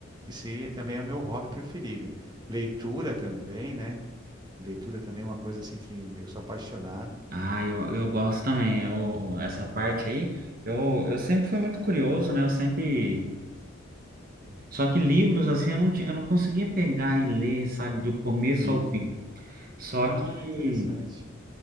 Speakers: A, on the right; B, on the right.
A: Esse também é o meu hobby preferido. Leitura também, né? Leitura também é uma coisa assim que eu sou apaixonado.
B: Ah, eu, eu gosto também. Eu, essa parte aí, eu, eu sempre fui muito curioso, né? Eu sempre. Só que livros, assim, eu não, ti- eu não conseguia pegar e ler, sabe, do começo
A: Sim.
B: ao fim. Só
A: Ah,
B: que
A: interessante.